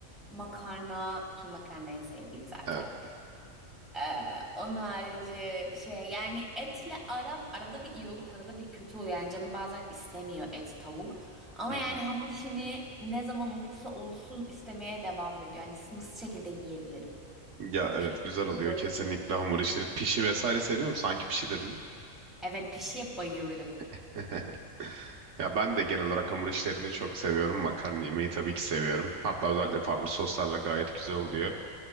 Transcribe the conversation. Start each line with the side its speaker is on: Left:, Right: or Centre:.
Centre: makarna ki makarna en sevdiğim zaten.
Right: Evet.
Centre: Ee, onun harici şey yani etle aram arada bir iyi olup arada bir kötü oluyor. Yani canım bazen istemiyor et, tavuk. Ama
Right: <laughs>
Centre: yani hamur işini ne zaman olursa olsun istemeye devam ediyor. Yani sınırsız şekilde yiyebilirim.
Right: Ya evet
Centre: Pişi
Right: güzel oluyor
Centre: börek.
Right: kesinlikle hamur işleri. Pişi vesaire seviyor musun? Sanki pişi dedin.
Centre: Evet pişiye bayılırım.
Right: <laughs> Ya ben de genel olarak hamur işlerini çok seviyorum. Makarna yemeği tabii ki seviyorum. Hatta özellikle farklı soslarla gayet güzel oluyor.